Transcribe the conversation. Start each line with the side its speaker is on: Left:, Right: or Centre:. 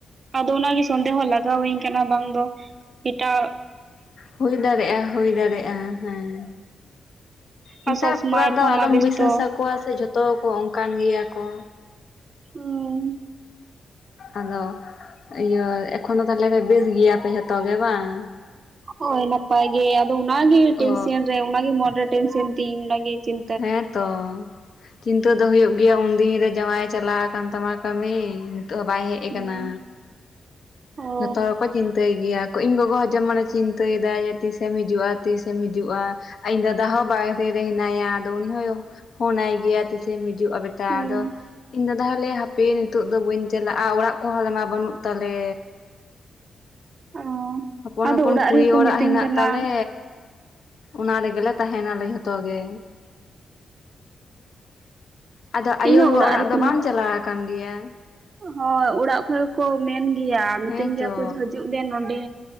Right: ᱟᱫᱚ ᱚᱱᱟ ᱜᱮ ᱥᱚᱱᱫᱮ ᱦᱚᱸ ᱞᱟᱜᱟᱣ ᱤᱧ ᱠᱟᱱᱟ ᱵᱟᱝ ᱫᱚ ᱮᱴᱟᱜᱼᱼ
Left: ᱦᱩᱭ ᱫᱟᱲᱮᱭᱟᱜᱼᱟ ᱦᱩᱭ ᱫᱟᱲᱮᱭᱟᱜᱼᱟ ᱦᱮᱸ ᱱᱮᱛᱟᱨ
Right: ᱟᱨ ᱥᱚᱵᱽ ᱥᱚᱢᱚᱭ
Left: ᱠᱚᱲᱟ ᱫᱚ
Right: ᱯᱷᱳᱱ
Left: ᱟᱞᱚᱢ
Right: ᱢᱟ ᱵᱮᱥᱛᱚ
Left: ᱵᱤᱥᱥᱟᱥ ᱟᱠᱚᱣᱟ ᱥᱮ ᱡᱷᱚᱛᱚ ᱠᱚ ᱚᱱᱠᱟᱱ ᱜᱮᱭᱟ ᱠᱚ
Right: ᱦᱩᱸ
Left: ᱟᱫᱚ ᱤᱭᱟᱹ ᱮᱠᱷᱚᱱ ᱫᱚ ᱛᱟᱦᱚᱞᱮ ᱯᱮ ᱵᱤᱨ ᱜᱮᱭᱟ ᱯᱮ ᱡᱷᱚᱛᱚ ᱜᱮ ᱵᱟᱝᱼᱼ
Right: ᱦᱳᱭ ᱱᱟᱯᱟᱭ ᱜᱮ ᱟᱫᱚ ᱚᱱᱟ ᱜᱮ ᱴᱮᱱᱥᱚᱱ
Left: ᱚ
Right: ᱨᱮ ᱚᱱᱟ ᱜᱮ <unintelligible> ᱴᱮᱱᱥᱮᱱ ᱛᱤᱧ ᱚᱱᱟ ᱜᱮ ᱪᱤᱱᱼᱼ
Left: ᱦᱮᱸ ᱛᱚ ᱪᱤᱱᱛᱟᱹ ᱫᱚ ᱦᱩᱭᱩᱜ ᱜᱮᱭᱟ ᱩᱱᱫᱤᱱ ᱨᱮ ᱡᱟᱶᱟᱭ ᱮ ᱪᱟᱞᱟᱣ ᱟᱠᱟᱱ ᱛᱟᱢᱟ ᱠᱟᱹᱢᱤᱼᱼ ᱱᱤᱛᱚᱜ ᱦᱚᱸ ᱵᱟᱭ ᱦᱮᱡ
Right: ᱦᱩᱸ
Left: ᱟᱠᱟᱱᱟ
Right: ᱚ
Left: ᱡᱷᱚᱛᱚ ᱦᱚᱲ ᱠᱚ ᱪᱤᱱᱛᱟᱹᱭ ᱜᱮᱭᱟ ᱤᱧ ᱜᱚᱜᱚ ᱦᱚᱸ ᱡᱮᱢᱚᱱᱮ ᱪᱤᱱᱛᱟᱹᱭ ᱮᱫᱟ ᱡᱮ ᱛᱤᱥᱮᱢ ᱦᱤᱡᱩᱜᱼᱟ ᱛᱤᱥᱮᱢ ᱦᱤᱡᱩᱜᱼᱟ ᱟᱨ ᱤᱧ ᱫᱟᱫᱟ ᱦᱚᱸ ᱵᱟᱦᱨᱮ ᱨᱮ ᱦᱮᱱᱟᱭᱟ ᱟᱫᱚ ᱩᱱᱤ ᱦᱳᱭ ᱯᱷᱳᱱ ᱟᱭ ᱜᱮᱭᱟ <unintelligible> <unintelligible> ᱢᱤᱡᱩᱜ ᱟ ᱵᱮᱴᱟ
Right: ᱦᱩᱸ
Left: ᱟᱫᱚ ᱤᱧ ᱫᱚᱼᱼ ᱛᱟᱦᱚᱞᱮ ᱦᱟᱯᱮ ᱱᱤᱛᱚᱜ ᱫᱚ ᱵᱟᱹᱧ ᱪᱟᱞᱟᱜᱼᱟ ᱚᱲᱟᱜ ᱠᱚ ᱦᱚᱸ ᱟᱞᱮ ᱢᱟ ᱵᱟᱹᱱᱩᱜ ᱛᱟᱞᱮᱼᱼ
Right: ᱚ
Left: ᱦᱚᱯᱚᱱ
Right: ᱟᱫᱚ
Left: ᱦᱚᱯᱚᱱ ᱠᱩᱲᱤᱭᱟᱹ
Right: ᱨᱮᱠᱚ
Left: ᱚᱲᱟᱜ
Right: ᱢᱤᱛᱟᱹᱧ
Left: ᱦᱮᱱᱟᱜ
Right: ᱠᱟᱱᱟ
Left: ᱛᱟᱞᱮᱼᱼ ᱚᱱᱟ ᱨᱮᱜᱮ ᱞᱮ ᱛᱟᱦᱮᱱᱟᱞᱮ ᱡᱷᱚᱛᱚ ᱜᱮᱼᱼ ᱟᱫᱚ ᱟᱭᱳ-ᱵᱟᱵᱟ
Right: ᱤᱧ ᱦᱚᱸ
Left: ᱚᱲᱟᱜ
Right: ᱨᱮᱠᱚ
Left: ᱫᱚ ᱵᱟᱢ
Right: ᱢᱤᱛ
Left: ᱪᱟᱞᱟᱣ ᱟᱠᱟᱱ ᱜᱮᱭᱟ
Right: ᱦᱳᱭ ᱚᱲᱟᱜ ᱠᱷᱚᱡ ᱦᱚᱸ ᱠᱚ ᱢᱮᱱ ᱜᱮᱭᱟ ᱢᱤᱛᱟᱹᱧ
Left: ᱦᱮᱸᱛᱚ
Right: ᱜᱮᱭᱟ ᱠᱚ ᱦᱤᱡᱩᱜ ᱵᱮᱱ ᱱᱚᱸᱰᱮ